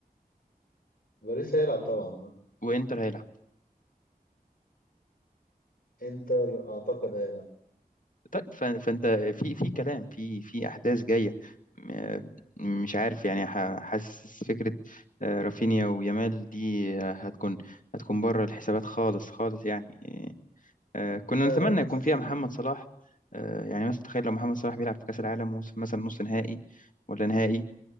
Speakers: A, on the left; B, on the left.
A: باريس هيلعب طبعا
B: وانتر هيلعب
A: انتر اعتقد هيلعب
B: طيب ف- فانت في في كلام في في احداث جايه م- مش عارف يعني ح- حاسس فكره آه، رافينيا ويامال دي آه، هتكون هتكون بره الحسابات خالص خالص يعني آه، كنا
A: لا
B: نتمنى
A: لا مستحيل
B: يكون فيها محمد صلاح آه، يعني مثلا تخيل لو محمد صلاح بيلعب في كاس العالم ووصل مثلا نص نهائي ولا نهائي